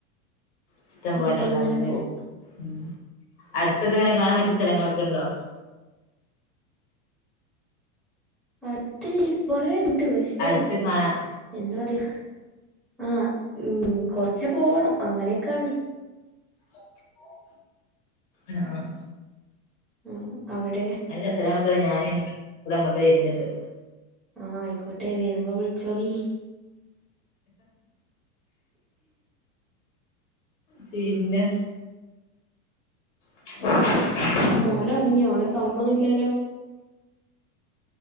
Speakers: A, on the left; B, in the centre.
A: ഇഷ്ടം പോലെ
B: അപ്പൊ
A: ഉണ്ടാവൂലേ
B: അങ്ങനെ പോവും
A: ഉം അടുത്തൊക്കെ എങ്ങനെ കാണാൻ പറ്റിയ സ്ഥലങ്ങളൊക്കെ ഉണ്ടോ
B: അടുത്ത് കൊറേ ഉണ്ട് പ പക്ഷേ
A: അടുത്ത് കാണാം
B: എന്താ പറയാ ആ ഉം കൊറ ച്ച് പോണം അങ്ങനെയൊക്കെ ആണ്
A: കൊറച്ച് പോണം ആഹ് ആഹ്
B: ഉം അവിടെ
A: നല്ല സ്ഥലങ്ങളൊക്കെ ഉണ്ടോ ഞാനും എൻ്റെ വീട്ടുകാരും കൂടെ അങ്ങോട്ട് വരുന്നുണ്ട്
B: ആഹ് ആയിക്കോട്ടെ വരുമ്പം വിളിച്ചോളി
A: പിന്നെ <inaudible>
B: ഓൻ ഒറിങ്ങിയ ഓനെ സൗണ്ട് ഒന്നുംല്ലല്ലോ